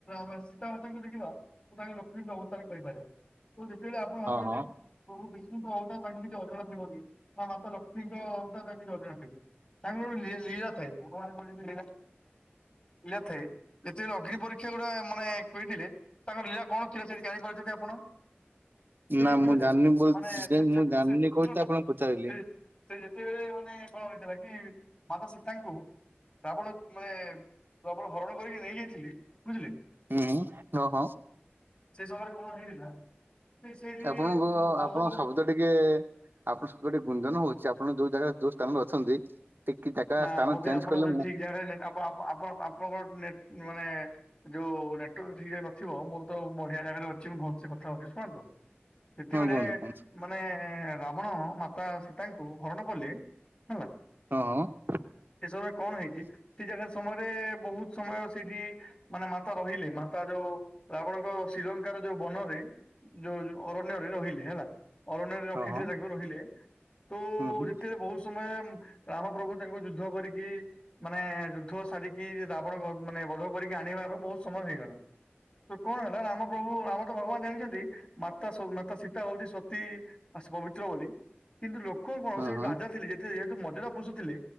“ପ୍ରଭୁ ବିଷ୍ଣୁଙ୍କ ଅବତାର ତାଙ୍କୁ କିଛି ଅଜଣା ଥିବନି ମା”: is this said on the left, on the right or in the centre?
Left